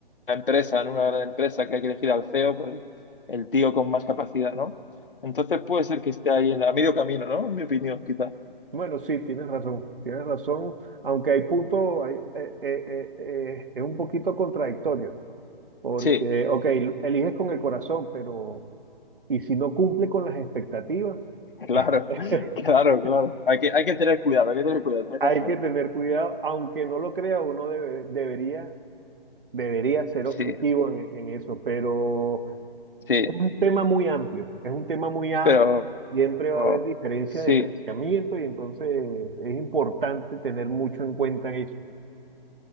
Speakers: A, on the left; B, on the right.
A: empresa, en una gran empresa que hay que elegir al CEO, pues el tío con más capacidad, ¿no? Entonces puede ser que esté ahí en la- a medio camino, ¿no? En mi opinión, quizás.
B: Bueno, sí, tienes razón, tienes razón, aunque hay puntos, hay- eh, eh, eh, eh, es un poquito contradictorio, porque,
A: Sí,
B: ok, eliges con el corazón, pero ¿y si no cumple con las expectativas?
A: claro,
B: <laughs>
A: <laughs> claro, claro. Hay que, hay que tener cuidado, hay que tener cuidado, tienes
B: Hay
A: razón.
B: que tener cuidado, aunque no lo crea, uno debe- debería, debería ser objetivo
A: Sí,
B: en, en eso, pero
A: sí,
B: es un tema muy amplio, es un tema muy amplio,
A: pero
B: siempre va
A: oh,
B: a haber diferencia
A: sí,
B: de pensamiento y entonces es importante tener mucho en cuenta eso.